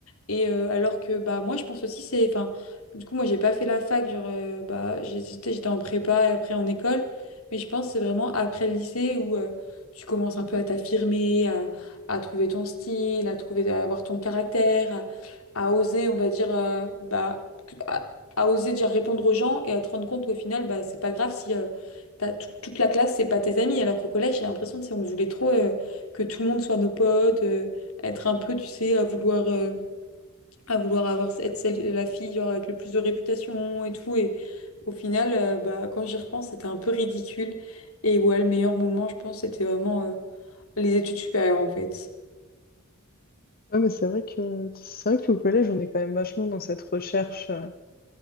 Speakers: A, on the left; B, on the left.
A: Et euh, alors que bah moi je pense aussi c'est enfin du coup moi j'ai pas fait la fac genre euh, bah j'ai- j'étais j'étais en prépa et après en école mais je pense que c'est vraiment après le lycée où euh, tu commences un peu à t'affirmer à, à trouver ton style à trouver à avoir ton caractère à, à oser on va dire euh, bah que- à, à oser dire répondre aux gens et à te rendre compte qu'au final bah c'est pas grave si euh, t'as tout- toute la classe c'est pas tes amis alors qu'au collège j'ai l'impression que c'est on voulait trop euh, que tout le monde soit nos potes euh, être un peu tu sais à vouloir euh, à vouloir avoir être celle, la fille genre, avec le plus de réputation et tout. Et au final, euh, bah, quand j'y repense, c'était un peu ridicule. Et ouais, le meilleur moment, je pense, c'était vraiment euh, les études supérieures en fait.
B: Ouais, mais c'est vrai que c'est vrai qu'au collège, on est quand même vachement dans cette recherche euh,